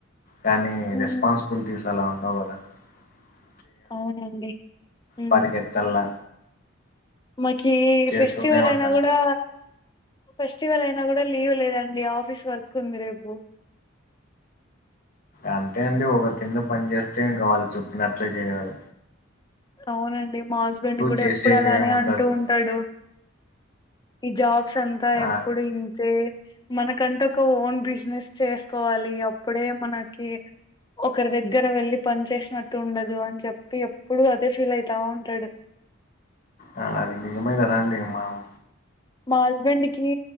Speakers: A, on the left (about 45°); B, on the left (about 20°).
A: కానీ
B: మ్మ్
A: రెస్పాన్సిబిలిటీస్ అలా ఉండవు కద ద
B: అవునండి హూఉ
A: పరిగెత్తల్లా
B: మకీ
A: చేస్తూనే
B: ఫెస్టివల్
A: ఉండాల
B: అయినా కూడా ఫెస్టివల్ అయినా కూడా లీవ్ లేదండి ఆఫీస్ వర్క్ ఉంది రేపు
A: అంతే అండి ఒకరి కింద పని చేేస్తే ఇంకా వాళ్ళు చెప్పినట్లే చేయాల
B: అవునండి మా హస్బెండ్ కూడా
A: చేసేకి
B: ఎప్పుడు అలానే
A: ఏమి ఉండదు
B: అంటూ ఉంటాడు జాబ్ స్ అంతా
A: ఆ
B: ఎప్పుడు ఇంతే మనకంటే ఒక ఓన్ బిజినెస్ చేసుకోవాలి. అప్పుడే మనకి ఒకరి దగ్గర వెళ్ళి పని చేసినట్టు ఉండదు. అని చెప్పి ఎప్పుడు అ ఫీల్ అయితా ఉంటడు
A: ఆ అది నిజమే కదండి మామ్
B: మా హస్బండ్ కి